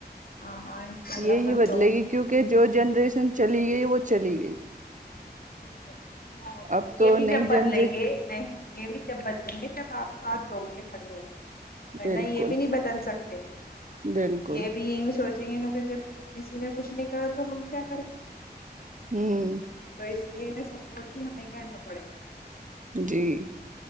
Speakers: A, on the left; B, on the right.
A: ہاں ہاں انشاء اللہ
B: یہ
A: بدلو
B: ہی بدلے گی کیونکہ جو جنریشن چلی گئی وہ چلی گئی
A: ہاں یہی بت ب م
B: اب
A: یہ
B: تو
A: بھی
B: نئی
A: جب بدلیں
B: جنریشن
A: گے نہیں یہ بھی جب بدلیں گے جب آپ ساتھ دوؤ گے کھڑے ہو کے ورنہ
B: بالکل
A: یہ بھی نہیں بدل سکتے
B: بالکل
A: یہ بھی یہ سوچ چے ن کہ جب کسی نے کچھ نہیں کرا تو ہم کیا کریں
B: ہوں
A: تو اس لیے سپورٹ بھی ہمیں کرنا پڑے گا
B: جی